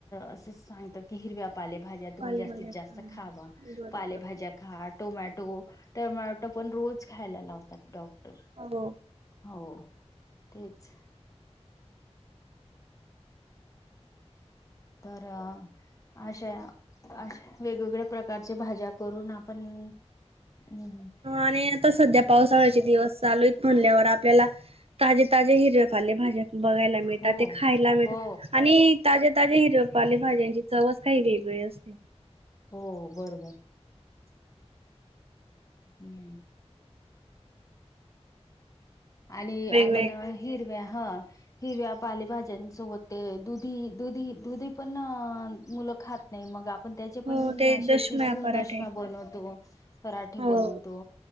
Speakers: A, on the left; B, on the right.
A: असंच सांगतात कि हिरव्या पालेभाज्या, तुम्ही
B: पालेभाज्या
A: जास्तीत जास्तं
B: खा
A: खावा
B: बरोबर
A: पालेभाज्या खा टोमॅटो- टमॅटो पण रोज खायला लावतात डॉक्टर.
B: हो.
A: हो तेचं. तर अं. अश्या अशा वेगवेगळ्या प्रकारचे भाज्या, करून आपण हम् हम.
B: आणि आता सध्या पावसाळ्याचे दिवस चालू आहेत. म्हणाल्यावर आपल्याला ताजे - ताजे हिरव्या पालेभाज्या. बघायला मिळतात
A: हो
B: ते खायला मिळतात.
A: हो
B: आणि ताज्या - ताज्या हिरव्या पाले भाज्यांची चवचं काही वेगळी असते.
A: हो बरोबर. हम्म, आणि
B: वेगवेगळे
A: आपण अ- हिरव्या हं. हिरव्या पालेभाज्यांसोबत ते दुधी - दुधी - दुधी पण मुलं खातं. नाही मग आपण त्याचे
B: हो
A: पण
B: ते
A: असे
B: दशम्या
A: किसून
B: पराठे
A: दशम्या बनवतो. पराठे,
B: हो
A: बनवतो